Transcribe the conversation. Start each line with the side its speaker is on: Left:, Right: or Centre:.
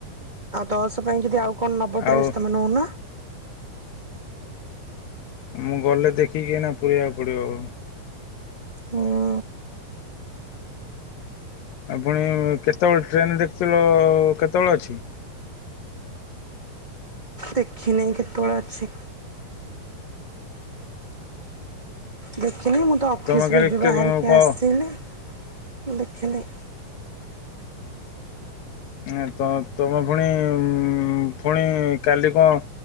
Right: ଆଉ ଦଶ ପାଇଁ ଯଦି ଆଉ କଣ ନବ
Left: ଆଉ
Right: ଡ୍ରେସ ତମେ ନଉନ।
Left: ମୁଁ ଗଲେ ଦେଖିକି ଏଇନା ପୁରେଇଆକୁ ପଡ଼ିବ ଆଉ।
Right: ହୁଁ।
Left: ଆ ପୁଣି କେତବଳେ ଟ୍ରେନ୍ ଦେଖୀଥିଲ କେତବଳେ ଅଛି?
Right: ଦେଖିନେଇ କେତବଳେ ଅଛି। ଦେଖିନି ମୁଁ ତ ଅଫିସରୁୁ
Left: ତମେ କାଲି
Right: ଏବେ
Left: କଣ
Right: ବାହାରିକି ଆସିଥିଲି ମୁଁ ଦେଖିନି।
Left: ଆ ତ ତମେ ଫୁଣି ଉଁ ଫୁଣି କାଲି କଣ